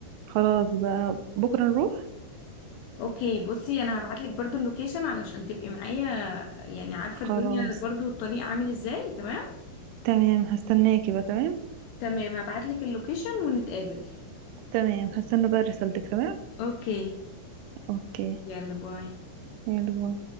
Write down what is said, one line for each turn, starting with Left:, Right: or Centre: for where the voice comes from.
Right: خلاص بقى بكرة نروح
Left: اوكي بصي انا هبعتلك برضو اللوكيشن علشان تبقي معايا يعني عارفة
Right: خلاص
Left: الدنيا برضو الطريق عامل ازاي تمام
Right: تمام هستناكي بقى تمام
Left: تمام هبعتلك اللوكيشن ونتقابل
Right: تمام هستنى بقى رسالتك تمام
Left: اوكي
Right: اوكي
Left: يلا باي
Right: حلو